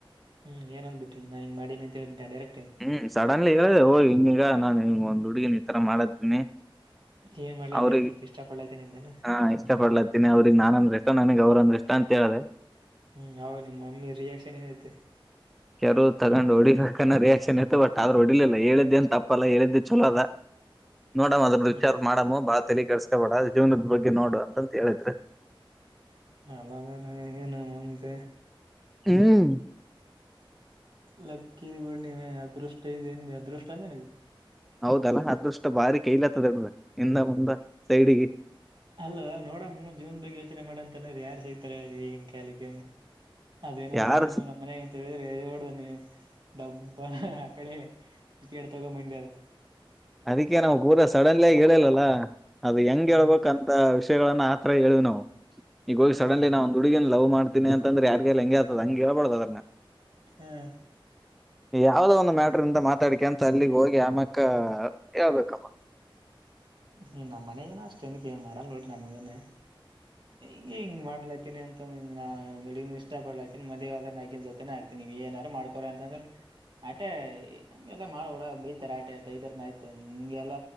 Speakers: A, on the right; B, in the centre.
A: ಹ್ಮ್ ಏನ್ಬ ಬಿಟ್ಟೆ ನಾನ್ಂಗಿ ಅಂತೇಳಟ್ಟ ಡರೆಕ್ಟ್.
B: ಹ್ಮ್ ಸಡನ್ಲಿ ಇ ಹಓ ಹಿಂಗೀಗ ನಾನನ್ ಹಂಗ ಒಂದು್ುಡುಗಿನ್ ಈತರ ಮಾಡ್ದೀನಿ
A: ಏನ್ ಮಾಡ್ಲತ್ತೇನಿ
B: ಅವ್ರಗ್
A: ಇಷ್ಟ ಪಡ್ಲತ್ತೇನಿ ಅಂದೇನ
B: ಹಾ ಇಷ್ಟ ಪಡ್ಲತೀನಿ ಅವ್ರಿಗೆ ನಾನಂದ್ರೆ ಇಷ್ಟ ನನಗ್ ಅವ್ರಂದ್ರ ಇಷ್ಟ ಅಂತಿ <unintelligible>
A: ಹ್ಮ್ ಹೌ ನಿಮ್ಮ ಮಮ್ಮಿ ರಿಯಾಕ್ಷನ್ ಏನೈತೆ?
B: ಕೆರು ತಗೊಂಡ್ ಹೊಡಿಬೇಕನ್ನ ರಿಯಾಕ್ಷನ್ ಇತ್ತು ಬಟ್ ಆದ್ರೂ ಹೊಡಿಲಿಲ್ಲ ಹೇಳಿದ್ದೆ ಅನ್ ತಪ್ಪಲ್ಲ ಹೇಳಿದ್ದೆ ಚೊಲೋದ ನೋಡಮ್ಮ ಅದ್ರ
A: ಹ್ಮ್
B: ವಿಚಾರ ಮಾಡಮ್ಮ ಬಾಳ ಲಿ ಕಿಸಸ್ಕೋಬೇಡ ಜೀವನದ ಬಗ್ಗೆ ನೋಡು ಅಂತಂತ ಹೇಳಿದ್ರೆ
A: ಅ ನ ಮಾಮತೆ
B: ಹ್ಮ್
A: ಲಕ್ಕಿ ಬಿಡ್ ಅದೃಷ್ಟ ಇ ನ್ ಅದೃಷ್ಟ ಅಂದನಗೆ
B: ಹೌದಲ್ಲಾ ಅದೃಷ್ಟ ಬಾರಿ ಕೈಲ ಹತ್ತದೆಡ್ರ ಇಂದ ದ ಮುಂದ ಸೈಡಿಗೆ
A: ಅಲ್ಲ ನೋಡಮ್ಮ ಜೀವನ್ ಬಗ್ಗೆ ಯೋಚನೆ ಮಾಡಂತಾನ ಯಾರು ಸಿಗ್ತಾರೆ ಈಗಿನ ಕಾಯಲಿಕ್ಕೆ ಅದೇನಾದ್ರೂ
B: ಯಾರು
A: ನಮ್ಮ ನಮ್ಮ್ನ್ಯಾಗ ಎಂತ ಹೇಳಿದ್ರೆ ಹೊಡ್ದ ನೀ ಡಬ್ಬ ಆ ಕಡೆ ಕೇಡ್ ತಗೋ ಮಂದಿ ಅದ.
B: ಅದಕ್ಕೆ ನಾ್ ಊರ ಸಡನ್ಲಿ ಆಗ ಹೇಳಿಲ್ಲಲ್ಲಾ ಅದು ಹೆಂಗಗೆ
A: ಹ್ಮ್
B: ಹೇಳ್ಬೇಕಂತ ವಿಷಯಗಳನ್ನ ಆತ ಹೇಳುದು ನಾವು ಈಗ ಹೋಗಿ ಸಡನ್ಲಿ
A: ನಮ್ಮ
B: ನಾ ಒ್ ಹಡುಗನ್ ಲವ್ ಮಾಡಿ ಹತನಿ ಅಂದ್ರ ಎಡ್ಗಗೆ ಎ ಹೆಂಗೆ ಆತದ ಹೇಳ್ಬಾರ್ದ ಅದನ್ನ.
A: ಹ್ಮ್
B: ಯಾವ್ದೋ ಒಂದು ಮ್ಯಾಟ್ರ ಇಂದ ಮಾತಾಡಿಕೆ ಅಂತ ಅಲ್ಲಿಗ್ ಹೋಗಿ ಆಮಕ್ಕ ಯಾವಬೇಕಪ್ಪ
A: ನೀ ನಮ್ಮ್ ಮನೆಗೇನ ಅಷ್ಟ ನ್ಕ್ಕೆ ಮಾಡಲ್ ಬಿೋಡಿ ನಮಗೇನ ಹ ಹಿಂಗ ಮಾಡ್ಲಾತನಿ ಅಂತ ಒ ಹಿಗ್ ಇಷ್ಟ ಪಡ್ಲಾತೀನಿ ಮದ್ೆ ಆದ್ರ ಆಕಿನ್ೊತೆನೆ ಆಗ್ತ ನೀವ್ ಏನಾರ ಮಾಡ್ಕೋರ ಅಂತಂದ್ರ ಆಟೆ ಹಗೆಲ್ಲ ಮಾಡ ಡ ಬೈತಾರ ಆಟೆ ಬೈರ್್ತ ಮ ಹಿಂಗೆಲ್ಲ